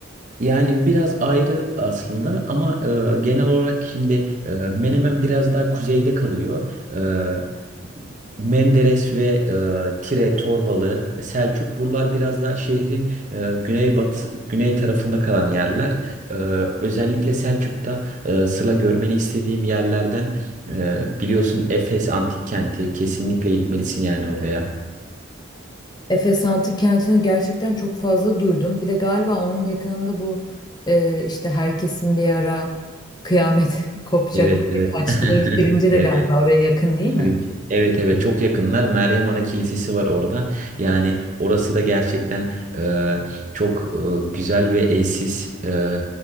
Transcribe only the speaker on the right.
Yani biraz ayrı aslında ama e, genel olarak şimdi e, Menemen biraz daha kuzeyde kalıyor. E, Menderes ve e, Tire, Torbalı, Selçuk buralar biraz daha şehrin e, güneybatı, güney tarafında kalan yerler. E, özellikle Selçuk'ta e, Sıla görmeni istediğim yerlerden e, biliyorsun Efes Antik Kenti kesinlikle gitmelisin yani oraya.
Evet, evet.
<laughs>
Evet.
Cringe. Evet evet çok yakınlar. Meryem Ana Kilisesi var orada. Yani orası da gerçekten e, çok e, güzel ve eşsiz e,